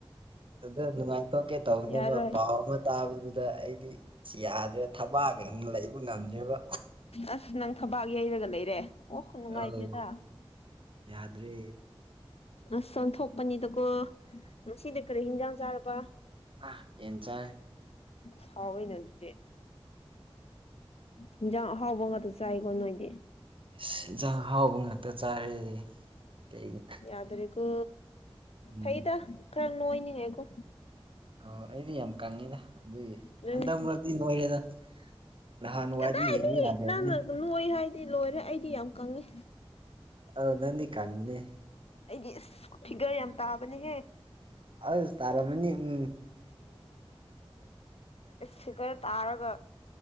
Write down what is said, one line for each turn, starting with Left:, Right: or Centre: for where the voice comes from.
Right: ꯑꯗꯥ ꯅꯨꯡꯉꯥꯏꯊꯣꯛꯀꯦ ꯇꯧꯕꯅꯦꯕ
Left: ꯌꯥꯔꯣꯏ
Right: ꯄꯥꯎ ꯑꯃ ꯇꯥꯕꯗꯨꯗ ꯑꯩꯗꯤ ꯑꯁ ꯌꯥꯗ꯭ꯔꯦ ꯊꯕꯥꯛ ꯀꯩ ꯂꯩꯕ ꯉꯝꯗ꯭ꯔꯦꯕ
Left: ꯑꯁ ꯅꯪ ꯊꯕꯥꯛ ꯌꯩꯔꯒ ꯂꯩꯔꯦ ꯑꯣ ꯅꯨꯡꯉꯥꯏꯇꯦꯗ
Right: ꯑꯧ ꯌꯥꯗ꯭ꯔꯦ
Left: ꯑꯁ ꯑꯣꯟꯊꯣꯛꯄꯅꯤꯗꯀꯣ ꯉꯁꯤꯗꯤ ꯀꯔꯤ ꯍꯤꯟꯖꯥꯡ ꯆꯥꯔꯕ
Right: ꯑ ꯌꯦꯟ ꯆꯥꯏ
Left: ꯑꯁ ꯍꯥꯎꯋꯩꯅ ꯑꯗꯨꯗꯤ ꯌꯦꯟꯁꯥꯡ ꯑꯍꯥꯎꯕ ꯉꯥꯛꯇ ꯆꯥꯏꯀꯣ ꯅꯣꯏꯗꯤ
Right: ꯑꯁ ꯏꯟꯁꯥꯡ ꯍꯥꯎꯕ ꯉꯥꯛꯇ ꯆꯥꯔ ꯀꯩꯒꯤ
Left: ꯌꯥꯗꯔꯤꯒꯣ
Right: ꯎꯝ
Left: ꯐꯩꯗ ꯈꯔꯪ ꯅꯣꯏꯣꯏꯅꯤꯉꯥꯏ ꯀꯣ
Right: ꯑꯣ ꯑꯩꯗꯤ ꯌꯥꯝ ꯀꯪꯉꯤꯗ ꯑꯗꯨꯏ
Left: ꯑꯗꯨꯅꯦ
Right: ꯍꯟꯗꯛ ꯃꯔꯛꯇꯤ ꯅꯣꯏꯔꯦꯅ ꯅꯍꯥꯟꯋꯥꯏꯗꯤ
Left: ꯀꯗꯥꯏꯗꯒꯤ
Right: ꯌꯦꯡꯕ ꯌꯥꯗꯕꯅꯤ
Left: ꯅꯪꯅ ꯅꯣꯏ ꯍꯥꯏꯗꯤ ꯂꯣꯏꯔꯦ ꯑꯩꯗꯤ ꯌꯥꯝ ꯀꯪꯉꯦ
Right: ꯑꯥ ꯅꯪꯗꯤ ꯌꯥꯝ ꯀꯪꯕꯥꯅꯤ
Left: ꯑꯩꯗꯤ ꯏꯁ ꯐꯤꯒꯔ ꯌꯥꯝ ꯇꯥꯕꯅꯦꯍꯦ
Right: ꯑꯁ ꯇꯥꯔꯝꯃꯅꯤ ꯎꯝ
Left: ꯐꯤꯒꯔ ꯇꯥꯔꯒ